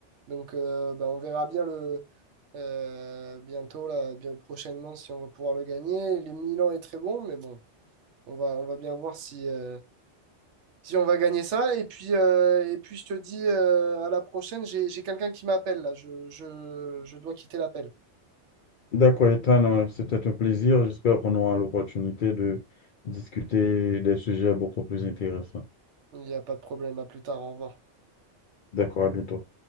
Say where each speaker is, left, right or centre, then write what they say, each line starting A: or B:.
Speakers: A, on the right (about 70°); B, on the left (about 60°).
A: Donc euh, bah, on verra bien le euh, bientôt, là, bien prochainement, si on va pouvoir le gagner. Le Milan est très bon, mais bon, on va, on va bien voir si, euh, si on va gagner ça. Et puis, euh, et puis je te dis euh, à la prochaine, j'ai, j'ai quelqu'un qui m'appelle là. Je, je, je dois quitter l'appel.
B: D'accord, Ethan, euh, c'était un plaisir. J'espère qu'on aura l'opportunité de discuter des sujets beaucoup plus intéressants.
A: Il n'y a pas de problème, à plus tard, au revoir.
B: D'accord, à bientôt.